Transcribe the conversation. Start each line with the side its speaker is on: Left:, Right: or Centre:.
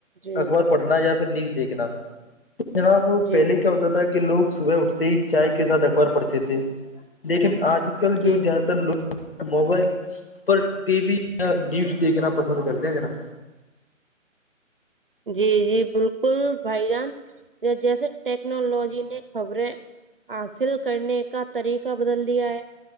Right: جی
Left: اکبر پڑھنا یا پھر نیوز دیکھنا جناب
Right: جی
Left: پہلے کیا ہوتا تھا کہ لوگ صبح اٹھتے ہی چائے کے ساتھ اخبار پڑھتے تھے لیکن آج کل جو
Right: جی
Left: زیادہ تر لوگ <unintelligible> پر ٹی وی یا نیوز دیکھنا پسند کرتے ہیں کہ نا
Right: جی جی بالکل بھائی جان جیسے ٹیکنالوجی نے خبریں حاصل کرنے کا طریقہ بدل دیا ہے